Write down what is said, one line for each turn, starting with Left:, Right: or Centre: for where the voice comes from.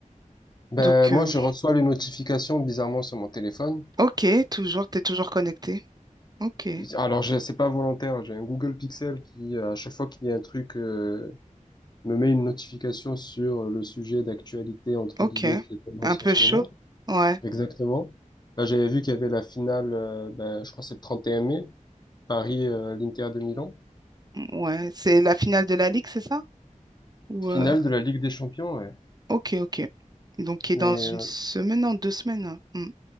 Left: Ben,
Right: Donc,
Left: moi,
Right: euh,
Left: je reçois les notifications bizarrement sur mon téléphone.
Right: ok, toujours, t'es toujours connecté. Ok,
Left: Alors, je- c'est pas volontaire. J'ai un Google Pixel qui, euh, à chaque fois qu'il y a un truc, euh, me met une notification sur le sujet d'actualité, entre
Right: ok,
Left: guillemets, qui est tendance
Right: un peu
Left: en ce
Right: chaud.
Left: moment.
Right: Ouais.
Left: Exactement. Là, j'avais vu qu'il y avait la finale, euh, ben, je crois que c'est le 31 mai, Paris, euh, l'Inter de Milan.
Right: Ouais, c'est la finale de la Ligue, c'est ça? Ou
Left: Finale
Right: euh,
Left: de la Ligue des Champions, ouais.
Right: Ok, ok. Donc, qui est
Left: Mais,
Right: dans une
Left: euh,
Right: semaine, non, deux semaines. hein. Hmm.